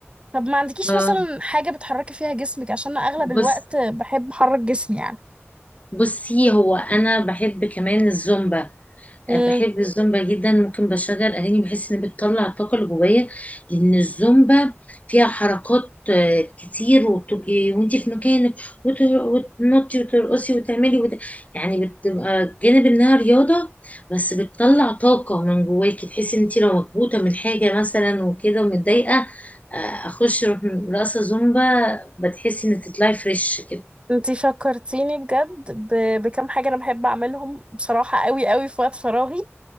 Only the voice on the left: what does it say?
آه.
بص
بصي هو انا بحب كمان الزومبا
آه، بحب الزومبا جدا ممكن بشغل اغاني بحس ان بتطلع الطاقه اللي جوايا لان الزومبا فيها حركات آه، كتير وبتبقي وانت في مكانك وت- وتنطي وترقصي وتعملي وت... يعني بتبقى جانب انها رياضه بس بتطلع طاقه من جواكي تحسي ان انت لو مكبوته من حاجه مثلا وكده ومتضايقه آه، اخش أروح رقصه زومبا بتحسي ان تطلعي فريش كده